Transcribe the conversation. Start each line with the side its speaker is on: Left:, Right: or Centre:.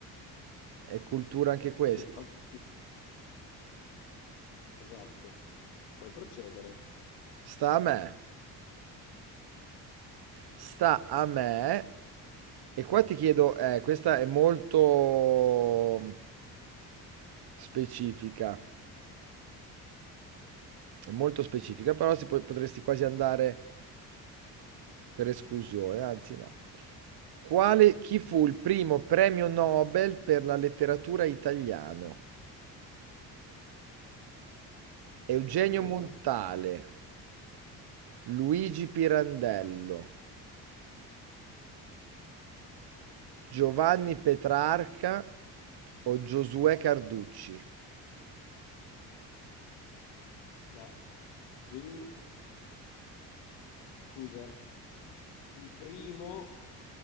Right: È cultura anche questa.
Left: Sì, infatti, esatto. Puoi procedere.
Right: Sta a me. Sta a me. E qua ti chiedo, eh, questa è molto mm, specifica. È molto specifica, però si po- potresti quasi andare per esclusione, anzi no. Quale, chi fu il primo premio Nobel per la letteratura italiano? Eugenio
Left: Ok.
Right: Montale, Luigi Pirandello, Giovanni Petrarca o Giosuè Carducci?
Left: Beh, qui, scusa, il primo